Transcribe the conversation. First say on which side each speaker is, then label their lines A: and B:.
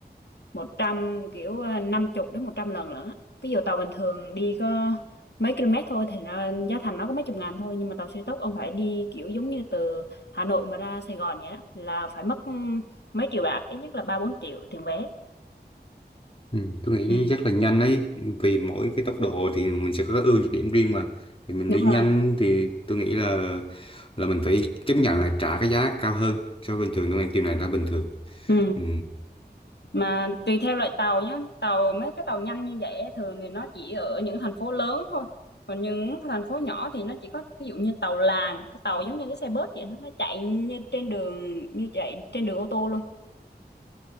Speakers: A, on the left (about 80°); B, on the left (about 30°).
A: 100 kiểu à, 50 đến 100 lần lận á. ví dụ tàu bình thường đi có mấy km thôi thì nó, giá thành nó có mấy chục ngàn thôi nhưng mà tàu siêu tốc ông phải đi kiểu giống như từ Hà Nội mà ra Sài Gòn vậy đó là phải mất ừm, mấy triệu bạc ít nhất là ba bốn triệu tiền vé
B: Ừ, tôi nghĩ
A: ừ
B: chắc là nhanh ấy vì mỗi cái tốc độ thì mình sẽ có cái ưu nhược điểm riêng mà thì mình
A: đúng
B: đi nhanh
A: rồi
B: thì tôi nghĩ là là mình phải chấp nhận là trả cái giá cao hơn so với bình thường tôi nghĩ điều này là bình thường
A: ừ
B: ừ.
A: mà tùy theo loại tàu nhé tàu mấy cái tàu nhanh như vậy á, thường thì nó chỉ ở những thành phố lớn thôi còn những cái thành phố nhỏ thì nó chỉ có ví dụ như tàu làng cái tàu giống như cái xe bớt vậy đó nó chạy như trên đường như chạy trên đường ô tô luôn